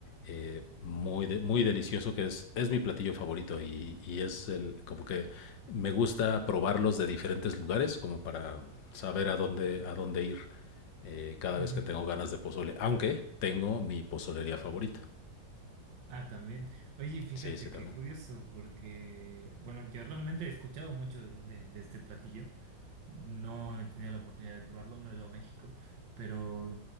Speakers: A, on the left (about 80°); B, on the right (about 85°).
A: eh, muy, de- muy delicioso, que es, es mi platillo favorito, y, y es el, como que me gusta probarlos de diferentes lugares, como para saber a dónde, a dónde ir eh, cada
B: Ujú.
A: vez que tengo ganas de pozole, aunque tengo mi pozolería favorita.
B: Ah, también. Oye, fíjate
A: Sí, sí, también.
B: qué curioso, porque bueno, yo realmente he escuchado mucho de, de de este platillo. No he tenido la oportunidad de probarlo, no he ido a México, pero